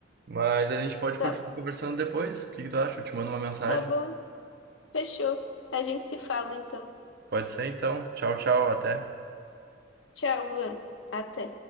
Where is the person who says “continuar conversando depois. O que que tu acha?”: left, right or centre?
Right